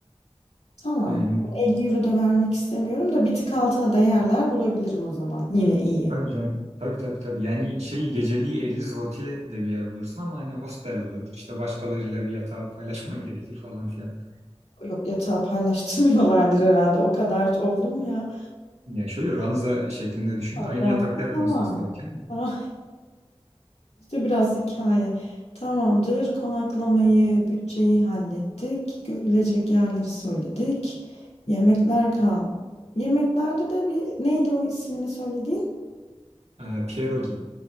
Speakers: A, on the left; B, on the right.
A: Tamam.
B: Yani
A: 50 euro da vermek istemiyorum da bir tık altına da yerler bulabilirim o zaman. Yine iyi.
B: tabii canım. Tabii tabii tabii. Yani şeyi geceliği 50 zloty'ye de bir yer bulursun ama hani hostel olur. İşte başkalarıyla bir yatağı paylaşman <laughs> gerekir falan filan.
A: Yok yatağı paylaştırmıyorlardır herhalde. O kadar oldu mu ya?
B: Yani şöyle ranza şeklinde düşün.
A: Ay,
B: Aynı
A: ben-
B: yatakta yatmıyorsunuz
A: Tamam.
B: tabii ki.
A: Tamam. <laughs> İşte biraz hikaye. Tamamdır. Konaklamayı, bütçeyi hallettik. Görülecek yerleri söyledik. Yemekler kal. Yemeklerde de bir neydi o ismini söyledi?
B: E, pierogi.